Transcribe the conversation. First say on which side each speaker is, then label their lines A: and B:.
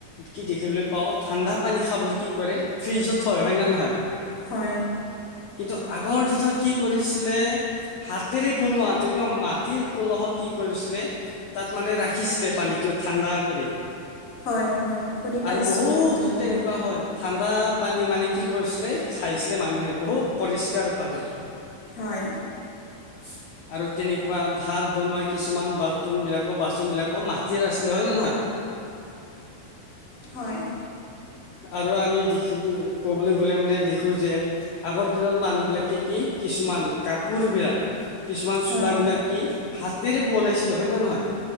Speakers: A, on the left; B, on the left.
A: কি দেখিবলৈ পাওঁ ঠাণ্ডা পানী খাবলৈ কি কৰে, ফ্ৰিজত থয়। হয় নে নহয়?
B: হয়।
A: কিন্তু আগৰ দিনত কি কৰিছিলে হাতেৰে বনোৱা তেনেকুৱা মাটিৰ কলহত কি কৰিছিলে তাত মানে ৰাখিছিলে পানীটো ঠাণ্ডা কৰি।
B: হয় হয় শুনি পাইছোঁ।
A: আৰু বহুতো
B: এইটো মই
A: তেনেকুৱা
B: অ
A: হয় ঠাণ্ডা পানী মানে কি কৰিছিলে খাইছিলে মানুহে, বহুত পৰিষ্কাৰ ভাবে।
B: হয়
A: <inaudible> আৰু তেনেকুৱা ভাত বনোৱা কিছুমান বাৰ্তনবিলাকো বাচনবিলাকো মাটিৰ আছিলে হয় নে নহয়? <inaudible>
B: হয়।
A: আৰু আমি দেখিব ক'বলৈ গ'লে মানে দেখো যে আগৰ দিনত মানুহ বিলাকে কি কিছুমান কাপোৰ বিলাক কিছুমান চোল
B: হয়
A: বিলাক কি হাতেৰে বনাইছিলে হয় নে নে নহয়